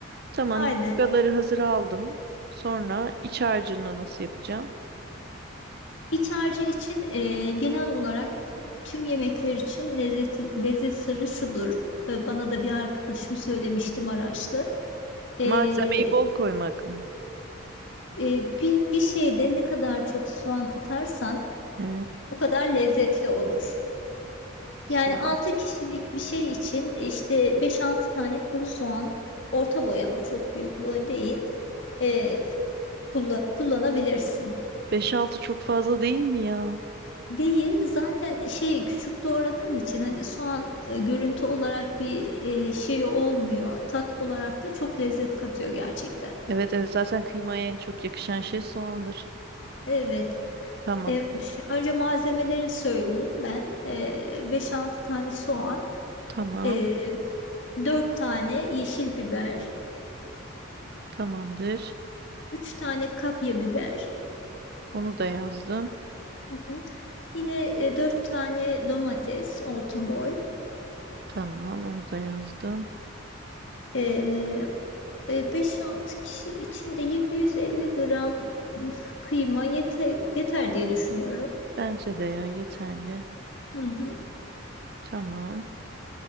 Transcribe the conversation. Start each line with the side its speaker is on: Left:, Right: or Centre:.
Right: Tamam
Left: aynen.
Right: yufkaları hazır aldım. Sonra iç harcını nasıl yapacağım?
Left: İç harcı için e, genel olarak tüm yemekler için lezzet, lezzet sırrı şudur. Ee, bana da bir arkadaşım söylemişti Maraşlı. Ee,
Right: Malzemeyi bol koymak mı?
Left: e, bir, bir şeyde ne kadar çok soğan katarsan
Right: He,
Left: o kadar lezzetli olur.
Right: soğan.
Left: Yani 6 kişilik bir şey için işte beş altı tane kuru soğan, orta boy ama çok büyük boy değil, e, kullan- kullanabilirsin.
Right: beş altı çok fazla değil mi ya?
Left: Değil zaten şey küçük doğradığın için hani soğan e, görüntü olarak bir e, şey olmuyor. Tat olarak da çok lezzet katıyor gerçekten.
Right: Evet evet zaten kıymaya en çok yakışan şey soğandır.
Left: Evet.
Right: Tamam.
Left: E, ş- önce malzemeleri söyleyeyim ben. E, 5-6 tane soğan,
Right: Tamam.
Left: e, 4 tane yeşil biber,
Right: Tamamdır.
Left: 3 tane kapya biber.
Right: Onu da yazdım.
Left: Hı hı. Yine e, dört tane domates orta boy.
Right: Tamam, onu da yazdım.
Left: E, e, 5-6 kişi için de yedi yüz elli gram mm, kıyma yete, yeter diye düşünüyorum.
Right: Bence de ya yeterli.
Left: Hı hı.
Right: Tamam,